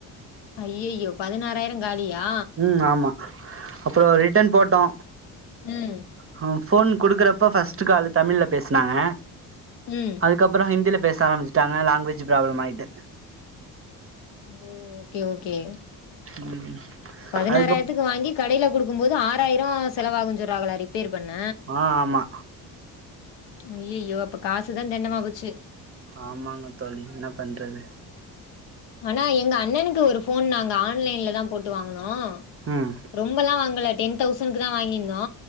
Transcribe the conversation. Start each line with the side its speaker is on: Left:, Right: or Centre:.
Left: ஐய்யய்யோ பதினாறாயிர காலியா
Right: ம், ஆமா, அப்றோ ரிட்டன் போட்டோ
Left: ம்
Right: அவங்க ஃபோன் குடுக்கறப்ப ஃபர்ஸ்ட்டு கால் தமிழ்ல பேசுனாங்க
Left: ம்
Right: அதுக்கப்பறோ ஹிந்தில பேச ஆரம்பிச்சிட்டாங்க லாங்குவேஜ் ப்ராப்ளம் ஆயிட்டு
Left: ஓ ஓகே ஓகே
Right: ம்
Left: பதினாறாயிரத்துக்கு
Right: அதுக்கப்
Left: வாங்கி கடையில குடுக்கும்போது ஆறாயிரம் செலவாகுனு சொல்றாகளா ரிப்பேர் பண்ண
Right: ஆ ஆமா
Left: ஐய்யய்யோ அப்ப காசுதா தெண்டமா போச்சு
Right: ஆமாங்க தோழி, என்ன பண்றது
Left: ஆனா எங்க அண்ணனுக்கு ஒரு ஃபோன் நாங்க ஆன்லைன்ல தா போட்டு வாங்குனோ
Right: ம்
Left: ரொம்பலா வாங்கல டென் தௌசண்ட்க்கு தா வாங்கிருந்தோ